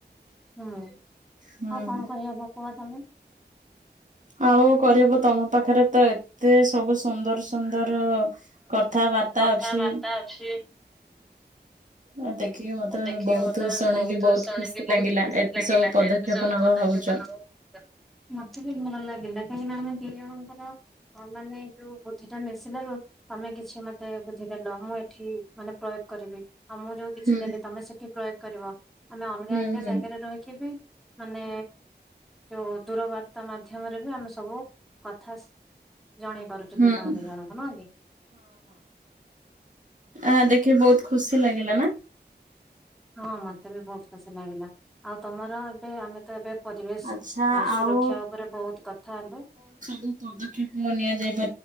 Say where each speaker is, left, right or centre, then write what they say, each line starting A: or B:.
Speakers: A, in the centre; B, on the right (about 45°).
A: ହୁଁ ଆଉ
B: ହୁଁ
A: କଣ କରିହବ କୁହ ତମେ?
B: ଆଉ କରିବୁ, ତମ ପାଖରେ ତ ଏତେ ସବୁ ସୁନ୍ଦର ସୁନ୍ଦର ଅ କଥାବାର୍ତ୍ତା
A: କଥାବାର୍ତ୍ତା
B: ଅଛି।
A: ଅଛି
B: ଦେଖିକି ମତେ
A: ଦେଖିକି
B: ବହୁତ
A: ମତେ
B: ଶୁଣିକି
A: ବହୁତୁ
B: ବହୁତ
A: ଶୁଣିକି
B: ଖୁସି
A: ବହୁତ୍
B: ଲାଗିଲା
A: ଖୁସି
B: ଏତେ
A: ଲାଗିଲା
B: ସବୁ ପଦକ୍ଷେପ
A: ଏତେ ସବୁ
B: ନବା
A: ପଦକ୍ଷେପ
B: ଭାବୁଛ।
A: <unintelligible> ମତେ ବି ଭଲ ଲାଗିଲା କାହିଁକିନା ଆମେ ଦି ଜଣଙ୍କର ହଁ ମାନେ ଯୋଉ ବୁଦ୍ଧି ଟା ମିଶିଲାରୁ ତମେ କିଛି ମତେ ବୁଦ୍ଧି ଦେଲ ମୁଁ ଏଠି ମାନେ ପ୍ରୟୋ କରିବି ଆମ ଯୋଉ କିଛି
B: ହୁଁ।
A: ଦେଲି ତମେ ସେଠି ପ୍ରୟୋଗ କରିବ ଆମେ ଅଲଗା
B: ହୁଁ
A: ଅଲଗା
B: ହୁଁ
A: ଜାଗାରେ ରହିକି ବି ମାନେ ଯୋଉ ଦୂରବାର୍ତ୍ତା ମାଧ୍ୟମରେ ବି ଆମେ ସବୁ କଥା ଜଣେଇ ପାରୁଚୁ
B: ହୁଁ
A: ଦି ଜଣ ଦି ଜଣଙ୍କୁ ନୁହଁକି।
B: ଆ ଦେଖିବି ବହୁତ୍ ଖୁସି ଲାଗିଲା ନା?
A: ହଁ ମତେ ବି ବହୁତ ଖୁସି ଲାଗିଲା। ଆଉ ତମର ଏବେ ଆମେ ତ ଏବେ ପରିବେଶ୍
B: ଆଚ୍ଛା
A: ସୁରକ୍ଷା
B: ଆଉ
A: ଉପରେ ବହୁତ୍ କଥା ହେଲେ।
B: କୁ ପଦକ୍ଷେପ ନିଆଯାଏ।